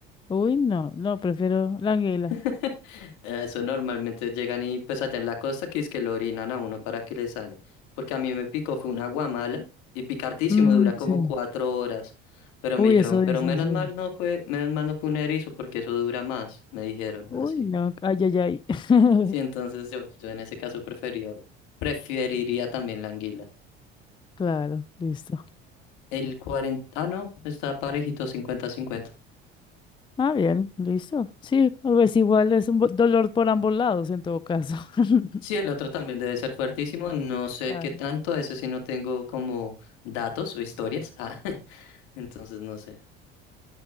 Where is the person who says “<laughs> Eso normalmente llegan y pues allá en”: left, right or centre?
Left